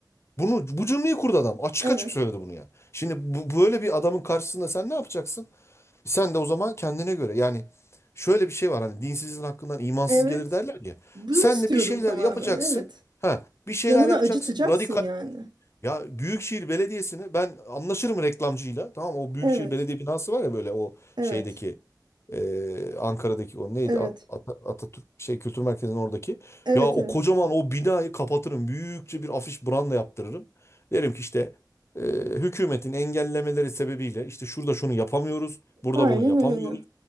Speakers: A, on the left; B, on the right.
A: Bunu bu cümleyi kurdu adam. Açık
B: Evet.
A: açık söyledi bunu ya. Şimdi bu, böyle bir adamın karşısında sen ne yapacaksın? Sen de o zaman kendine göre yani şöyle bir şey var hani dinsizin hakkından imansız
B: Evet.
A: gelir derler ya.
B: Bunu
A: Sen
B: istiyordum
A: de bir şeyler
B: tamamen.
A: yapacaksın.
B: Evet.
A: Ha, bir şeyler
B: Canını
A: yapacaksın.
B: acıtacaksın
A: Radikal.
B: yani.
A: Ya Büyükşehir Belediyesi'ni ben anlaşırım reklamcıyla. Tamam o Büyükşehir
B: Evet.
A: Belediye binası var ya böyle o
B: Evet.
A: şeydeki ee, Ankara'daki o neydi
B: Evet.
A: At- At- Atatürk şey Kültür Merkezi'nin oradaki.
B: Evet.
A: Ya o
B: Evet.
A: kocaman o binayı kapatırım. Büyükçe bir afiş branda yaptırırım. Derim ki işte e, hükümetin engellemeleri sebebiyle işte şurada şunu yapamıyoruz, burada
B: Aynen
A: bunu yapamıyoruz.
B: öyle.